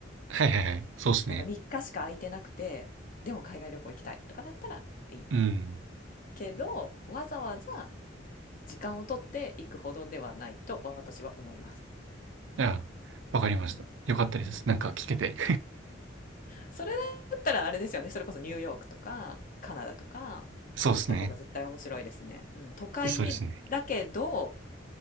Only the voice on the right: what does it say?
はいはいはい。そうですね。
うん。
じゃあ、わかりました。
よかったです。
なんか聞けて。
<laughs> そうですね。
そうですね。